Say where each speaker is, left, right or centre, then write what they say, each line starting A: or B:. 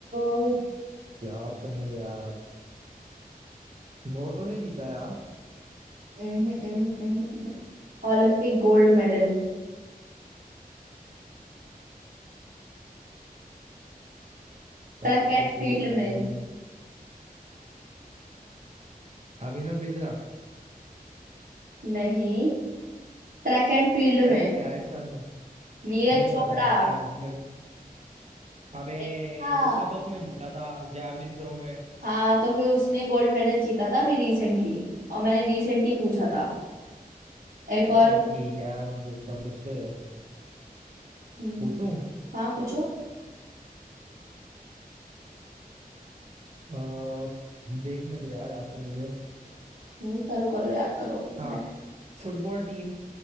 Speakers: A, on the right (about 80°); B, on the right (about 45°).
A: उम्हूं,
B: याद करने दो यार बहुतों ने जीता यार
A: उम्हूं, उम्हूं, उम्हूं। Olympic gold medal track
B: Olympic
A: and field
B: gold
A: में
B: medal Abhinav Bindra
A: नहीं ट्रैक एंड फील्ड
B: फिर
A: में
B: क्या है इसका आंसर
A: नीरज
B: नहीं
A: चोपड़ा
B: पता यार क्या मेरे अबे
A: देखा
B: उसने
A: आप?
B: तो उसमें जीता था जैवलिन थ्रो में
A: हाँ तो फिर उसने गोल्ड मेडल जीता था अभी रिसेंटली और मैंने रिसेंटली पूछा था एक और
B: चल ठीक है यार मैं पूछता हूँ तुझसे
A: हम्म,
B: पूछूं
A: हाँ पूछो
B: अ, देखने दे यार याद करने दे
A: हम्म, करो करो याद करो
B: हाँ
A: मैं
B: फुटबॉल टीम